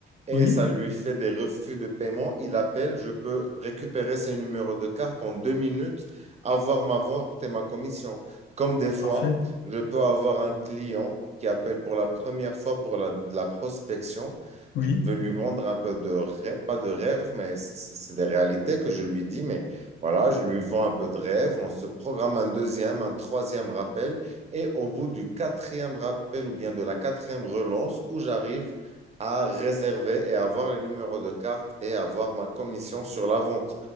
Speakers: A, on the right; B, on the left.
A: et
B: Oui,
A: ça lui fait des refus de paiement. Il appelle, je peux récupérer ses numéros de carte en deux minutes, avoir ma vente et ma commission. Comme des fois,
B: parfait.
A: je peux avoir un client qui appelle pour la première fois pour la, de la prospection.
B: Oui,
A: Je veux lui vendre un peu de rêve, pas de rêve, mais c'est c'est c'est des réalités que je lui dis. Mais voilà, je lui vends un peu de rêve. On se programme un deuxième, un troisième rappel. Et au bout du quatrième rappel ou bien de la quatrième relance, où j'arrive à réserver et avoir les numéros de carte et avoir ma commission sur la vente.